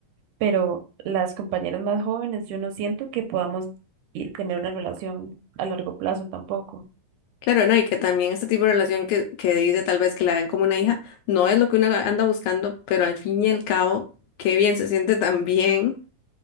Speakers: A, on the right (about 75°); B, on the left (about 80°).
A: pero las compañeras más jóvenes, yo no siento que podamos i- tener una relación a largo plazo tampoco.
B: Claro, no, y que también este tipo de relación que, que dice tal vez que la ven como una hija, no es lo que uno anda buscando, pero al fin y al cabo, qué bien se siente también